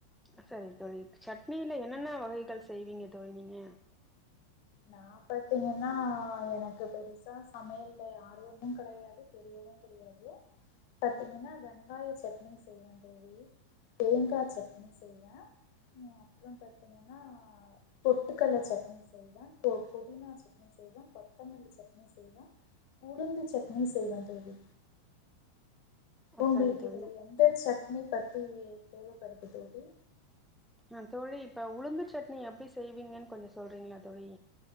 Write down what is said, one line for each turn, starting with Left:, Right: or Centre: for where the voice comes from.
Centre: சரிங்க தோழி சட்னியில என்னென்ன வகைகள் செய்வீங்க தோழி நீங்க
Left: நா பாத்தீங்கன்னா எனக்கு பெருசா சமையல்ல ஆர்வமு கெடையாது தெரிய தெரியவுந்தெரியாது பத்தீங்கன்னா வெங்காய சட்னி செய்வ தோழி தோழி தேங்காச்சட்னி செய்வ <inaudible> அப்புறம் பாத்தீங்கன்னா பொட்டுக்கல்ல சட்னி செய்வ போ பொதினா சட்னி செய்வ கொத்தமல்லி சட்னி செய் வ உளுந்து சட்னி செய்வ தோழி
Centre: ஆ
Left: உங்குளுக்கு
Centre: சரி தோழி
Left: இதுல எந்த சட்னி பத்தி தேவப்படுது தோழி
Centre: அ தோழி இப்ப உளுந்துச்சட்னி எப்டி செய்வீங்கன் கொஞ்சோ சொல்றீங்ளா தோழி